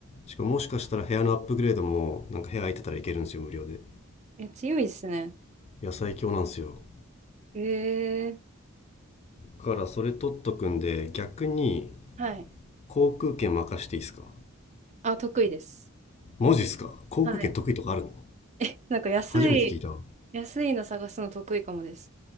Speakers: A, on the left (about 30°); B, on the right (about 35°).
A: しかももしかしたら部屋のアップグレードもなんか部屋空いてたらいけるんですよ無料で
B: え、強いですね。
A: 野菜今日なんですよ
B: えー、
A: だからそれ取っとくんで逆に
B: はい。
A: 航空券任していいですか
B: あ、得意です。
A: マジっすか航空券得意とかあるの
B: はい。え、なんか安い、
A: 初めて聞いたあ
B: 安いの探すの得意かもです。